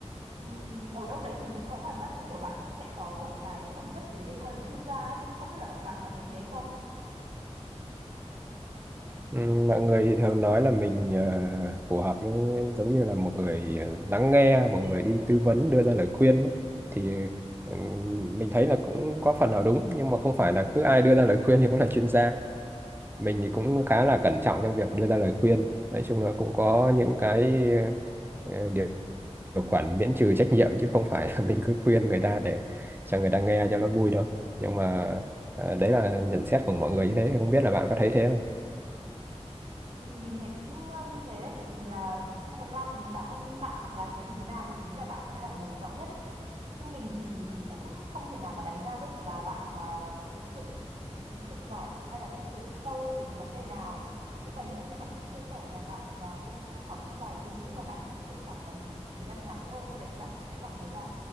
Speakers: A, on the right; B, on the right.
A: Ừm, ở đâu đấy mình cũng có cảm giác như kiểu bạn cũng sẽ có một cái phẩm chất gì đấy liên quan đến chuyên gia ấy không không biết là bạn, bạn có thấy thế không
B: Ừ, Mọi người thì thường nói là mình ờ, phù hợp với giống như là một người ờ, lắng nghe, một người đi tư vấn đưa ra lời khuyên ấy. Thì ừ, mình thấy là cũng có phần nào đúng nhưng mà không phải là cứ ai đưa ra lời khuyên thì cũng là chuyên gia. Mình thì cũng khá là cẩn trọng trong việc đưa ra lời khuyên. Nói chung là cũng có những cái ờ, điều điều khoản miễn trừ trách nhiệm chứ không phải là <laughs> mình cứ khuyên người ta để cho người ta nghe cho nó vui đâu. Nhưng mà ờ, đấy là nhận xét của mọi người như thế. Không biết là bạn có thấy thế
A: mình thấy cũng như thế đấy tại vì là nhưng mà thật ra thì bản thân bạn là người như thế nào thì mình nghĩ là bạn sẽ là người rõ nhất ấy chứ mình thì cũng không thể nào mà đánh giá được là bạn à, thật sự thật sự giỏi hay là thật sự sâu về một vấn đề nào với cả như lúc nãy bạn cũng chia sẻ là bạn à, cũng có thích vài thứ nhưng mà bạn chỉ thích được khoảng tầm thời gian ngắn thôi sau đấy thì bạn cũng sẽ cảm thấy là